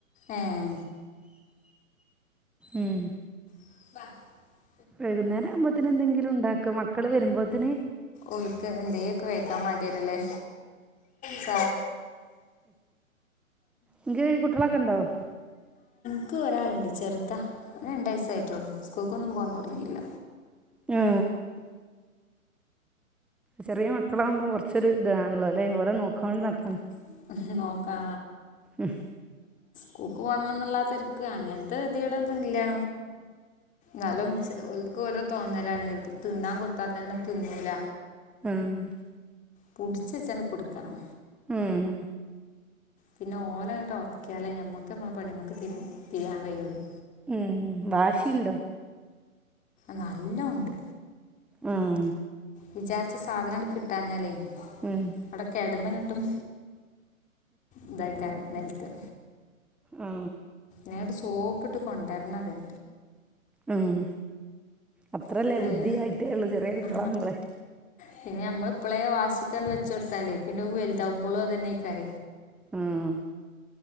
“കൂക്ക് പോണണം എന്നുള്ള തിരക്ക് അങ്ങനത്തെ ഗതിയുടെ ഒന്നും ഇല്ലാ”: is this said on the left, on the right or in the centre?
Left